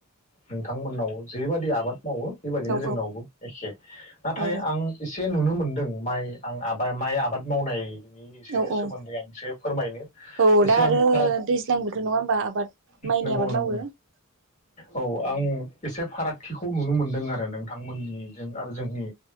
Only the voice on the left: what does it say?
नोंथांमोननाव जेरैबायदि आबाद मावो। बेबायदिनो
जोंनावबो एखे नाथाय
आं एसे। नुनो मोनदों माइ आं आबाद माइ आबाद मावनाय। नि एसे
सोमोन्दै
आं एसे फोरमायनो
एसे
आं फाराग।
नंगौ
नंगौ
औ आं। एसे फारागथिखौ नुनो मोनदों आरो नोंथांमोननिजों आरो जोंनि